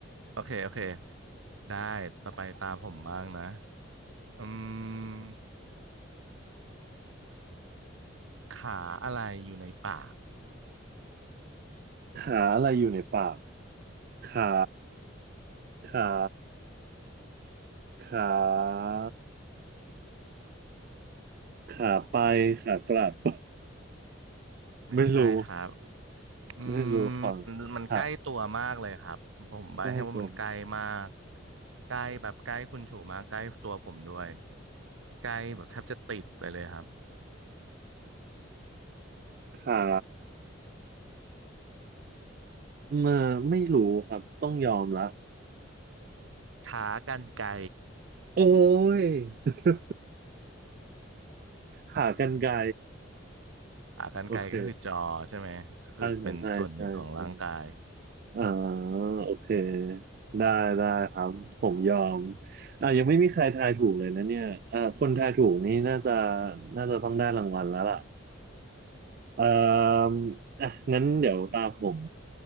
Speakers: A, on the right; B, on the right.
A: โอเคโอเคได้ต่อไปตาผมบ้างนะอืมขาอะไรอยู่ในป่าก
B: ขาอะไรอยู่ในปากขาขาขาขาไปขากลับ <laughs>
A: ไม่ใช่ครับ
B: ไม่รู้
A: อื
B: ไม่รู้ของ
A: มมันมันใกล้ตัวมากเลยครับ
B: ขา
A: ผมใบให้ว่ามันใกล้มาก
B: ใกล้ตัวมั้ย
A: ใกล้แบบใกล้คุณฉูมากใกล้ตัวผมด้วยใกล้แบบแทบจะติดไปเลยครับ
B: ขามาไม่รู้ครับต้องยอมละ
A: ขากรรไกร
B: โอ้ย <laughs> ขากรรไกร
A: ขากรรไกรก็คือจอใช่ไหมก็คือเป็นส่วนหนึ่งของร่างกาย
B: โอเคใช่ใช่ใช่ใช่ใช่อ่าโอเคได้ได้ครับผมยอมอ่ายังไม่มีใครทายถูกเลยนะเนี่ยอ่าคนทายถูกนี่น่าจะน่าจะต้องได้รางวัลแล้วล่ะ เอ่ออ่ะงั้นเดี๋ยวตามผม